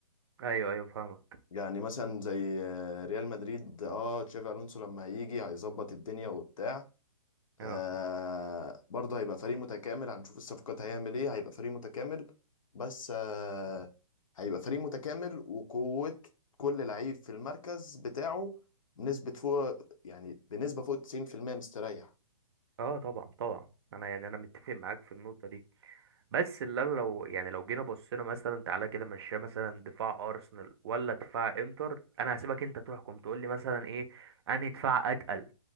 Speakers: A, on the right; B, on the left.
A: ايوه ايوه فاهمك
B: يعني مثلا زي آه، ريال مدريد اه تشافي الونسو لما هيجي هيظبط الدنيا وبتاع
A: اه
B: آه برضه هيبقى فريق متكامل هنشوف الصفقات هيعمل ايه هيبقى فريق متكامل بس آه هيبقى فريق متكامل وقوة كل لعيب في المركز بتاعه بنسبة فوق يعني بنسبة فوق 90% مستريح
A: اه طبعا طبعا انا يعني انا متفق معاك في النقطه دي بس اللي أنا لو يعني لو جينا بصينا مثلا تعالى كده مشيها مثلا دفاع ارسنال ولا دفاع انتر انا هسيبك انت تحكم تقول لي مثلا ايه انهي دفاع اتقل